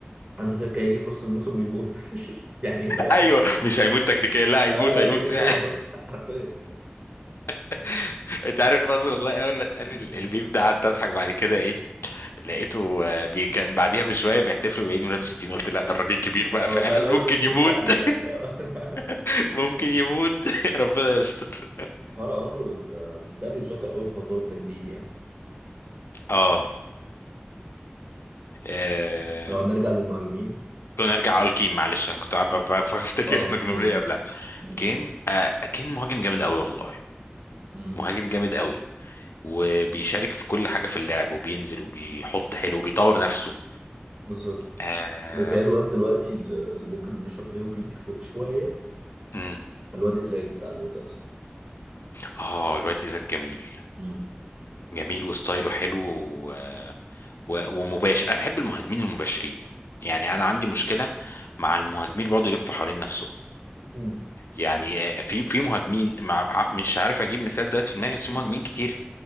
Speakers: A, on the right (about 30°); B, on the left (about 75°).
A: هانز فليك هيجي في نص الموسم ويموت <laughs> يعني لا
B: ايوه مش هيموت تكتيكيا لا هيموت
A: آه لا
B: هيموت
A: لا هيموت
B: فعلا
A: هو هيموت حرفيا
B: <laughs> انت عارف اصلا والله اول ما اتقال
A: <laughs>
B: ال- الميم ده قعدت اضحك بعد كده ايه لقيته آه، بي كان بعديها بشويه بيحتفلوا بعيد ميلاده 60 قلت لا ده الراجل كبير بقى
A: اه
B: فعلا
A: لا لا
B: ممكن
A: هو كبير
B: يموت
A: فعلا يعني اه
B: <laughs> ممكن يموت <laughs> ربنا يستر
A: <laughs> حوار عمر وال ده بيتذكر قوي في موضوع التجديد يعني
B: اه <laughs>
A: لو هنرجع للمهاجمين
B: كنا نرجع على الكين معلش انا كنت قاعد ب- ب- بفتكر
A: اه اوكي
B: احنا كنا بنقول ايه قبلها
A: امم
B: كين آه كين مهاجم جامد قوي والله
A: امم
B: مهاجم جامد قوي وبيشارك في كل حاجه في اللعب وبينزل وبيحط حلو وبيطور نفسه
A: بالظبط
B: اه
A: زي الواد دلوقتي اللي اللي ممكن نشبهه بيه شو- شوية
B: امم
A: الواد إزاي بتاع نيوكاسل
B: اه الواد ايزاك جميل
A: امم
B: جميل وستايله حلو و... و... ومباشر انا بحب المهاجمين المباشرين يعني انا عندي مشكله مع المهاجمين اللي بيقعدوا يلفوا حوالين نفسه
A: أمم.
B: يعني آه، في في مهاجمين مع... مش عارف اجيب مثال دلوقتي في دماغي بس في مهاجمين كتير